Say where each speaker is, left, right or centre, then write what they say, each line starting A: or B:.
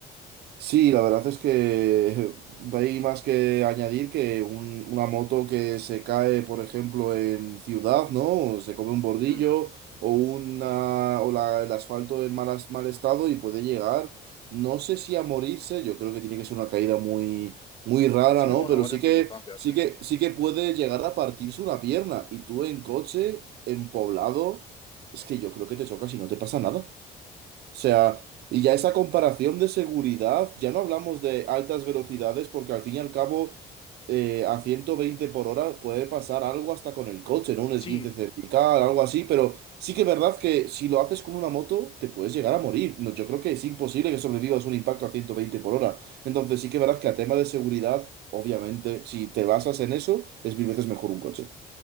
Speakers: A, on the right (about 75°); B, on the left (about 30°).
A: Sí, la verdad es que <laughs> no hay más que añadir que un- una moto que se cae, por ejemplo, en ciudad, ¿no? O se come un bordillo
B: Mm.
A: o, una, o la- el asfalto en malas- mal, estado y puede llegar, no sé si a morirse, yo creo que tiene que ser una caída muy, muy rara,
B: Sí,
A: ¿no?
B: bueno,
A: Pero
B: varias
A: sí que,
B: circunstancias,
A: sí
B: sí.
A: que, sí que puede llegar a partirse una pierna y tú en coche, en poblado, es que yo creo que te chocas y no te pasa nada. O sea, y ya esa comparación de seguridad, ya no hablamos de altas velocidades, porque al fin y al cabo, eh, a 120 por hora puede pasar algo hasta con el coche, ¿no? Un esguince
B: Sí.
A: cervical, algo así, pero sí que es verdad que si lo haces con una moto, te puedes llegar a morir. No, yo creo que es imposible que sobrevivas un impacto a 120 por hora. Entonces sí que es verdad que a tema de seguridad, obviamente, si te basas en eso, es mil veces mejor un coche.